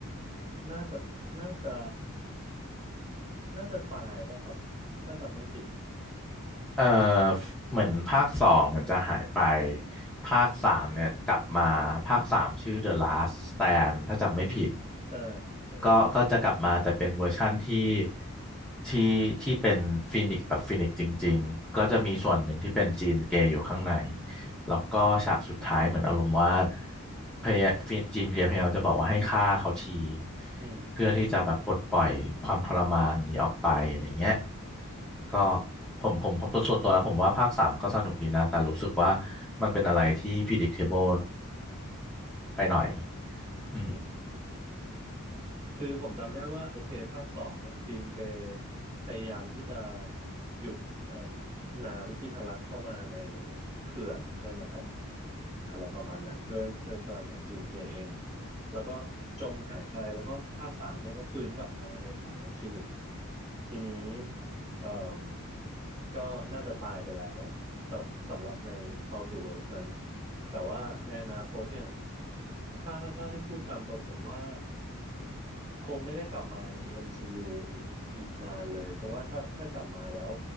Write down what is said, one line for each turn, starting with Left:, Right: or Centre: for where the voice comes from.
Right: น่าจะ น่าจะ น่าจะตายป่ะครับ ถ้าจำไม่ผิด
Centre: เออเหมือนภาคสองมันจะหายไปภาคสามเนี่ยกลับมาภาคสามชื่อ The Last Stand ถ้าจำไม่ผิด
Right: อืมใช่
Centre: ก็ก็จะกลับมาแต่เป็นเวอร์ชั่นที่ที่ที่เป็นฟีนิกซ์แบบฟีนิกซ์จริงๆก็จะมีส่วนหนึ่งที่เป็นจีนเกย์อยู่ข้างในแล้วก็ฉากสุดท้ายเหมือนอารมณ์ว่าพยายามจีนเกย์พยายามจะบอกว่าให้ฆ่าเขาที
Right: อืม
Centre: เพื่อที่จะแบบปลดปล่อยความทรมานนี้ออกไปอะไรเงี้ยก็ผมผมผมตัวส่วนตัวแล้วผมว่าภาคสามก็สนุกดีนะแต่รู้สึกว่ามันเป็นอะไรที่ predictable ไปหน่อยอืม
Right: อืม คือผมจำได้ว่าโอเคภาคสองอ่ะจีนแกพยายามที่จะหยุดเอ่มน้ำที่ทะลักเข้ามาในเขื่อนใช่ไหมครับอะไรประมาณนั้นด้วยด้วยพลังของจีนแกเองแล้วก็จมหายไปแล้วก็ภาคสามเนี่ยก็ฟื้นกลับมาในฐานะฟีนิกซ์ทีนี้เอ่มก็น่าจะตายไปแล้วแต่สำหรับในมัลติเวิร์สนั้นแต่ว่าในอนาคตเนี่ยถ้าถ้าให้พูดตามตรงผมว่า คงไม่ได้กลับมาใน MCU อมซียูอีกอีกนานเลยเพราะว่าถ้าถ้ากลับมาแล้ว